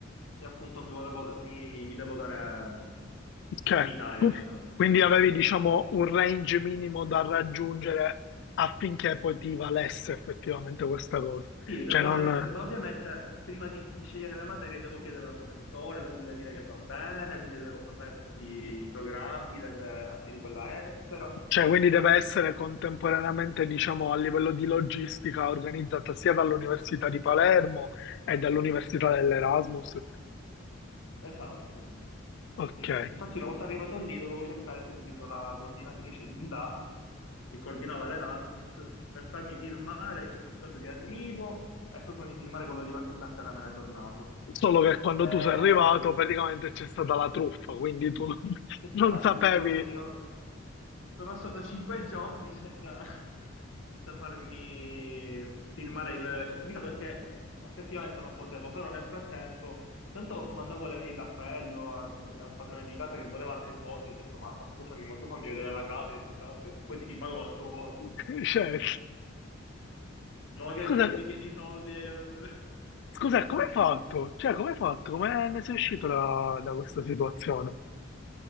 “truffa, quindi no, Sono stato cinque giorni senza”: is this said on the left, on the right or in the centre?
Left